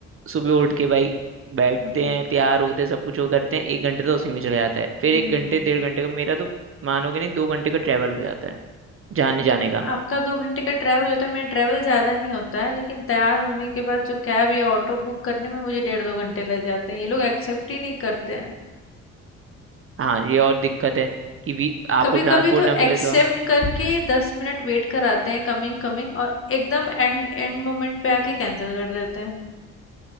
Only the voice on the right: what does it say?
सुबह उठ के भाई बैठते
हैं तैयार होते हैं सब कुछ वो करते हैं एक घंटे तो उसी में चला जाता है फिर
एक
घंटे
डेढ़ घंटे का मेरा तो मानोगे नहीं दो घंटे का ट्रैवल हो जाता है जाने जाने
का
हाँ ये और दिक्कत है कि भी आपको
ट्रांसपोर्ट
ना मिले
तो